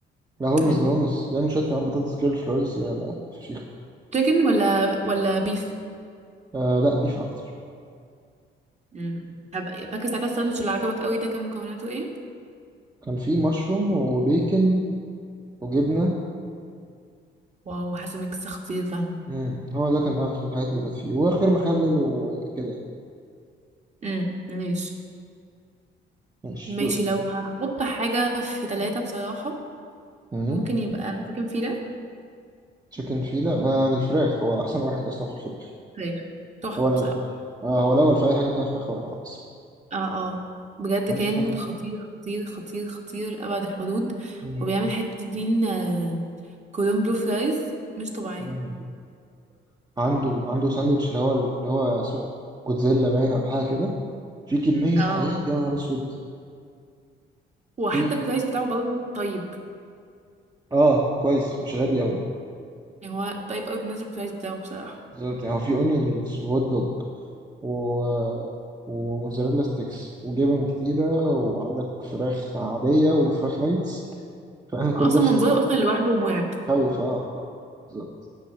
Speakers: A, on the right; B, on the right.
A: لا هولمز
B: مم.
A: جومز بيعمل شوية كمان بطاطس كيرل فلويز يا لا فشيخ
B: تشيكن ولا ولا بيف
A: آه لا بيف أكتر
B: مم. هبقى فاكر ساعتها الساندوتش اللي عجبك قوي ده كان مكوناته ايه
A: كان فيه مشروم وبيكن وجبنة
B: واو حاسه ميكس خطير فعلا
A: مم. هو ده كان آخر الحاجات اللي كانت فيه وآخر مخلل وكده يعني
B: مم. ماشي
A: ماشي
B: ماشي
A: دوري
B: لو هحط حاجه في ثلاثة بصراحه
A: مم.
B: ممكن يبقى تشيكن فيلا
A: تشيكن فيلا آه في الفراخ هو أحسن واحد أصلا في الفراخ
B: فراخ تحفه
A: هو الأول
B: بصراحه
A: آه هو الأول في أي حاجة فيها فراخ هو الأول أصلا
B: اه اه بجد
A: عنده
B: كان
A: ساندوتش
B: خطير خطير خطير خطير لأبعد الحدود
A: مم.
B: وبيعمل حتة دين آه، كولوم بلو فرايز مش طبيعية
A: مم. عنده عنده ساندوتش اللي هو اللي هو اسمه جوتزيلا باين على حاجة كده في كمية
B: اه
A: حاجات يا نهار أسود
B: وحتى
A: في
B: البرايز بتاعه برضه طيب
A: آه كويس مش غالي أوي
B: يعني هو طيب قوي بالنسبة للبرايز بتاعه بصراحة
A: بالظبط يعني هو في أونيون رينجز وهوت دوج و... وموزاريلا ستيكس وجبن كتيرة وعندك فراخ عادية وفراخ نايتس فاهم كل
B: اصلا
A: ده في
B: منظره
A: سندوتش
B: اصلا لوحده مرعب
A: مخوف اه آه، بالظبط